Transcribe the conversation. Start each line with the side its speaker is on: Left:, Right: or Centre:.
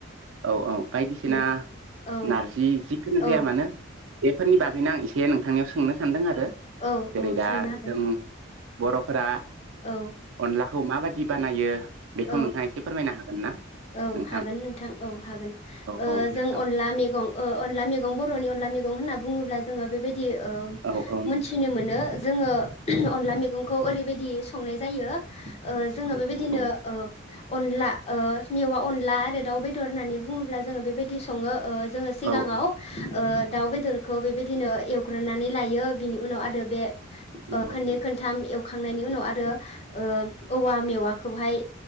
Right: औ औ बायदिसिना
Left: उम औ
Right: नारजि जिखुनो
Left: औ
Right: जाया मानो बेफोरनि बागैनो आं एसे नोंथांनियाव सोंनो सानदों आरो
Left: औ
Right: जेरै
Left: औ
Right: दा
Left: सोंनो हागोन
Right: जों बर'फोरा
Left: औ
Right: अनलाखौ माबादि बानायो बेखौ
Left: औ
Right: नोंथाङा एसे फोरमायनो हागोनना
Left: औ
Right: नोंथां?
Left: हागोन औ हागोन
Right: औ औ नोंथां
Left: जों अनला मैगं ओं अनला मैगं बरनि अनला मैगं होनोब्ला जों बेबायदि
Right: औ औ
Left: <unintelligible>
Right: नोंथां
Left: मोनथिनो मोनो ओ जोङो अनला मैगं खौ ओरैबायदि संनाय जायो ओ जोङो
Right: औ
Left: बेबायदिनो।
Right: औ
Left: ओ अनला ओ मेवा अनला आरो दाउ बेदर होननानै बुङोब्ला जोङो बेबायदि सङो ओ जोङो सिगाङाव
Right: औ औ
Left: ओ दाउ बेदरखौ बेबायदिनो एवग्रोनानै लायो बिनि उनाव आरो बे
Right: नंगौ
Left: खोनदै
Right: नंगौ
Left: खोनथाम एवखांनायनि उनाव आरो औवा मेवाखौहाय